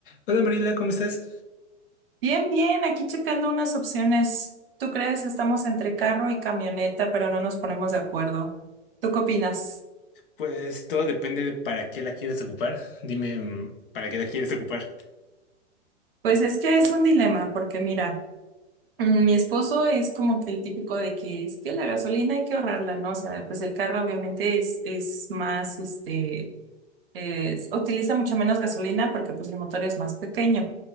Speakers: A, on the left; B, on the right.
A: Hola Marila, ¿cómo estás?
B: Bien, bien, aquí checando unas opciones. ¿Tú crees? Estamos entre carro y camioneta, pero no nos ponemos de acuerdo. ¿Tú qué opinas?
A: Pues todo depende de para qué la quieres ocupar. Dime, mm, ¿para qué la quieres ocupar?
B: Pues es que es un dilema, porque mira, mm, mi esposo es como que el típico de que es que la gasolina hay que ahorrarla, ¿no? O sea, pues el carro obviamente es, es más, este, es- utiliza mucho menos gasolina porque pues el motor es más pequeño.